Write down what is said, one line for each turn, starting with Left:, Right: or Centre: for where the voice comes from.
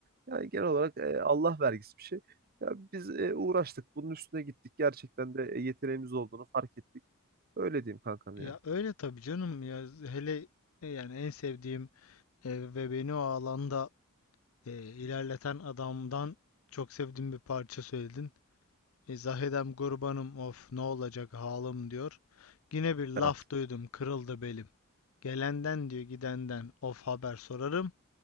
Right: yani genel olarak e, Allah vergisi bir şey. Ya biz e, uğraştık, bunun üstüne gittik. Gerçekten de e, yeteneğimiz olduğunu fark ettik. Öyle diyeyim kankam
Left: Ya
Right: yani.
Left: öyle tabii canım ya hele e, yani en sevdiğim e, ve beni o alanda e, ilerleten adamdan çok sevdiğim bir parça söyledin. E, Zahidem Gurbanım of ne olacak halim diyor. Yine bir laf
Right: Evet.
Left: duydum kırıldı belim. Gelenden diyor gidenden of haber sorarım.